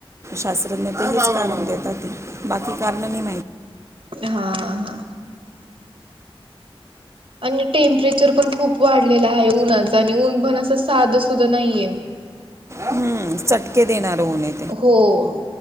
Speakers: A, on the right; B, on the right.
A: शास्त्रज्ञ ते हेच कारण देतातं.. बाकी कारण..
B: हा हा.. आणि टेम्परेचर पण खूप वाढलेल हाये उन्हाच आणि ऊन पण असं साध सुद नाहीये..
A: हम्म, चटके देणार ऊनं.
B: हो..